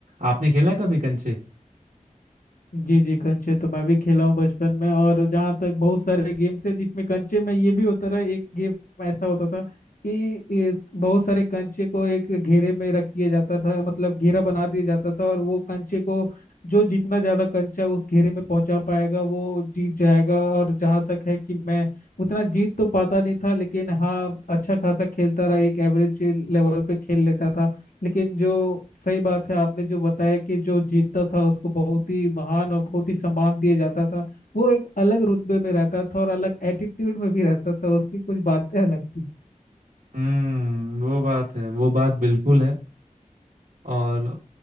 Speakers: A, on the right (about 80°); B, on the left (about 75°).
A: आपने खेला है कभी कंचे
B: जी जी कंचे तो मैं भी खेला हूँ बचपन में और जहाँ तक बहुत सारे गेम्स है जिसमें कंचे में ये भी होता रहा एक गेम ऐसा होता था कि ये बहुत सारे कंचे को एक घेरे में रख दिया जाता था मतलब घेरा बना दिया जाता था और वो कंचे को जो जितना ज्यादा कंचा उस घेरे में पहुंचा पाएगा वो जीत जाएगा और जहाँ तक है कि मैं उतना जीत तो पाता नहीं था लेकिन हाँ अच्छा खासा खेलता रहा एक एवरेज लेवल पे खेल लेता था लेकिन जो सही बात है आपने जो बताया कि जो जीतता था उसको बहुत ही महान और बहुत ही सम्मान दिया जाता था वो एक अलग रुतबे में रहता था और अलग एटीट्यूड में भी रहता था उसकी कुछ बातें अलग थी
A: हम्म वो बात है वो बात बिल्कुल है और